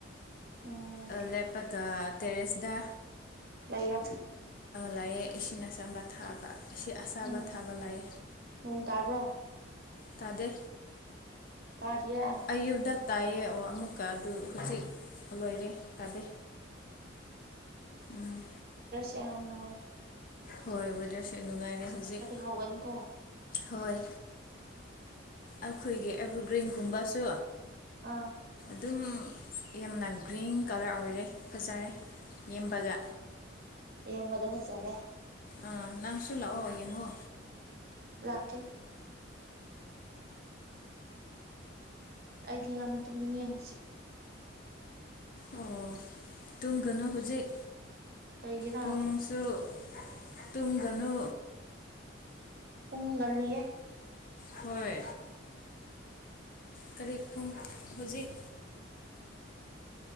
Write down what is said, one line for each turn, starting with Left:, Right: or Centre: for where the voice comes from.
Right: ꯎꯝ
Left: ꯑ ꯂꯦꯄꯒ ꯇꯦꯔꯦꯁꯗ
Right: ꯂꯩꯌꯥ
Left: ꯂꯥꯛꯑꯦ ꯏꯁꯤꯡ ꯑꯆꯝꯕ ꯊꯥꯕ ꯏꯁꯤ ꯑꯁꯥꯕ
Right: ꯎꯝ
Left: ꯊꯥꯕ ꯂꯥꯏ
Right: ꯅꯣꯡ ꯇꯥꯕ꯭ꯔꯣ
Left: ꯇꯗꯦ
Right: ꯇꯥꯗꯤꯌꯦ
Left: ꯑꯌꯨꯛꯇ ꯇꯥꯏꯌꯦ ꯑꯣ ꯑꯃꯨꯛꯀ ꯑꯗꯨ ꯍꯧꯖꯤꯛ ꯂꯣꯏꯔꯦ ꯇꯥꯗꯦ ꯎꯝ
Right: ꯀꯃ ꯍ
Left: ꯍꯣꯏ ꯋꯦꯗꯔꯁꯨꯦ ꯅꯨꯡꯉꯥꯏꯔꯦ ꯍꯧꯖꯤꯛ
Right: ꯍꯥꯎꯒꯅꯤꯀꯣ
Left: ꯍꯣꯏ ꯑꯩꯈꯣꯏꯒꯤ ꯑꯦꯚꯔꯒ꯭ꯔꯤꯟꯒꯨꯝꯕꯁꯨ
Right: ꯑꯥ
Left: ꯑꯗꯨꯝ ꯌꯥꯝꯅ ꯒ꯭ꯔꯤꯟ ꯀꯂꯔ ꯑꯣꯏꯔꯦ ꯐꯖꯔꯦ ꯌꯦꯦꯝꯕꯒ
Right: ꯌꯦꯉꯗ ꯐꯖꯔꯦ
Left: ꯑꯥ ꯅꯪꯁꯨ ꯂꯥꯛꯑꯣ ꯌꯦꯡꯉꯣ
Right: ꯂꯥꯛꯀꯦ ꯑꯩꯗꯤ ꯌꯥꯝꯅ ꯇꯨꯝꯅꯤꯡꯉꯤ ꯍꯧꯖꯤꯛ
Left: ꯑꯣ ꯇꯨꯝꯒꯅꯨ ꯍꯧꯖꯤꯛ
Right: ꯀꯩꯒꯤꯔꯥ
Left: ꯄꯨꯡꯁꯨ ꯇꯨꯡꯗꯅꯨ
Right: ꯎ ꯉꯜꯂꯤꯌꯦꯦ
Left: ꯍꯣꯏ ꯀꯔꯤ ꯄꯨꯡ ꯍꯧꯖꯤꯛ